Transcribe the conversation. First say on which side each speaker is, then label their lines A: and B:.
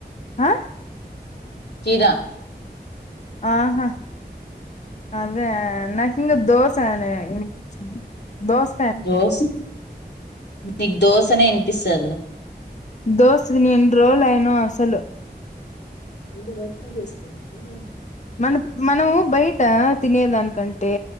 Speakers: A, on the left; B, on the left.
A: హా
B: కీరా
A: ఆహ అదే నాక్ ఇంగ దోస అని వినిపించింది దోస్
B: దోస్. నీకు దోశనే ఇన్పిస్తాదిలే.
A: దోస్ నేను రోల్ అయిన అసలు
B: <inaudible>
A: మన మనమూ బయటా తినేదానికంటే